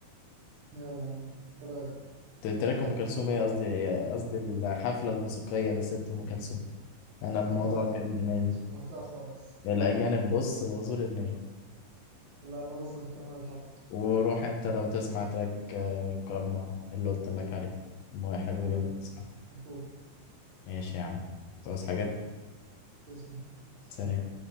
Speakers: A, on the right; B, on the left.
A: يلا انت رايق
B: ت- تراك ام كلثوم ايه قصدي قصدي الحفلة الموسيقية لست ام كلثوم انا
A: انت
B: الموضوع
A: كده
B: كان دماغي
A: شوهتها خالص
B: الأجانب بص بوظوا لي دماغي
A: لا خلاص روح كمل الحفل
B: وروح أنت لو تسمع تراك آه، كارما اللي قلت لك عليه مو حلو
A: تمام
B: جدا
A: ماشي
B: صح
A: نشوف
B: ماشي يا عم تعوز حاجة
A: تسلم سلام.
B: سلام